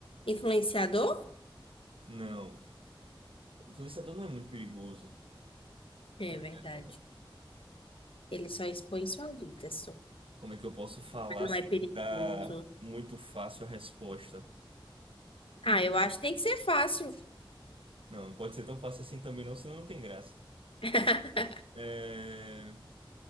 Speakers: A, on the left (about 75°); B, on the right (about 75°).
A: Influenciador?
B: Não, influenciador não é muito perigoso.
A: É
B: É,
A: verdade. Ele só expõe sua vida, só.
B: Como é que eu posso falar
A: Mas não
B: sem
A: é perigoso.
B: que dá muito fácil a resposta?
A: Ah, eu acho que tem que ser fácil.
B: Não, não pode ser tão fácil assim também, não, senão não tem graça.
A: <laughs>
B: É,